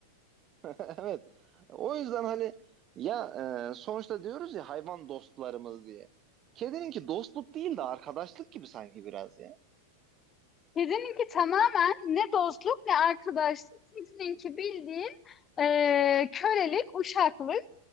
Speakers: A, on the right; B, on the left.
A: <laughs> Evet. O yüzden hani ya e, sonuçta diyoruz ya hayvan dostlarımız diye. Kedininki dostluk değil de arkadaşlık gibi sanki biraz ya.
B: Kedininki tamamen ne dostluk ne arkadaşlık. Sizininki bildiğin eee, kölelik, uşaklık.